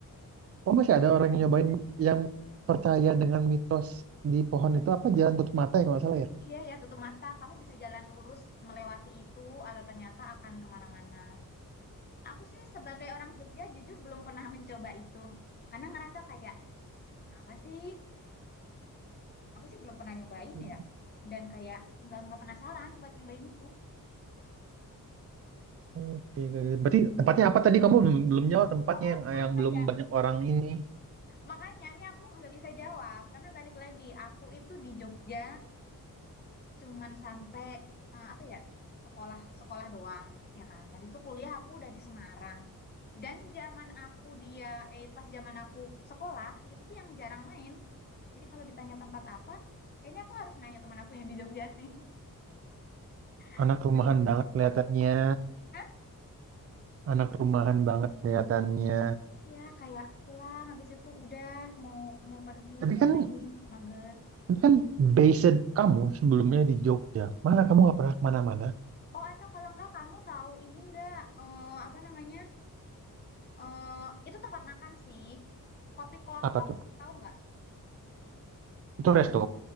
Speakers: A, on the right; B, on the left.
A: Oh masih
B: Nggak
A: ada
B: seramai
A: orang yang nyobain
B: dulu.
A: yang percaya dengan mitos di pohon itu apa jalan tutup mata ya kalau nggak salah
B: Iya ya, tutup mata. Kamu bisa jalan lurus melewati itu atau ternyata akan kemana-mana. Aku sih sebagai orang Jogja jujur belum pernah <laughs> mencoba itu. Karena ngerasa kayak, apa sih? Aku sih belum pernah nyobain
A: ya?
B: ya. Dan kayak nggak nggak penasaran buat nyobain itu.
A: Oke, oke. berarti tempatnya apa tadi? Kamu belum, belum jawab tempatnya
B: Oh,
A: yang
B: apa
A: yang belum
B: ya?
A: banyak orang ini.
B: Makanya nih aku nggak bisa jawab karena balik lagi aku itu di Jogja cuman sampai eh, apa ya sekolah sekolah doang ya kan. Habis itu kuliah aku udah di Semarang dan zaman aku dia eh pas zaman aku sekolah itu tuh yang jarang main. Jadi kalau ditanya tempat apa, kayaknya aku harus nanya teman aku yang di Jogja sih. <laughs>
A: Anak rumahan
B: Bener.
A: banget kelihatannya,
B: Hah?
A: anak rumahan banget kelihatannya.
B: Iya kayak pulang habis itu udah mau mau pergi
A: Tapi
B: mau
A: kan,
B: main mager.
A: tapi kan based kamu sebelumnya di Jogja. Mana kamu nggak pernah kemana-mana?
B: Oh atau kalau nggak kamu tahu ini nggak eh, apa namanya? Eh, itu tempat makan sih. Kopi Klotok,
A: Apa tuh?
B: tahu nggak?
A: Itu resto?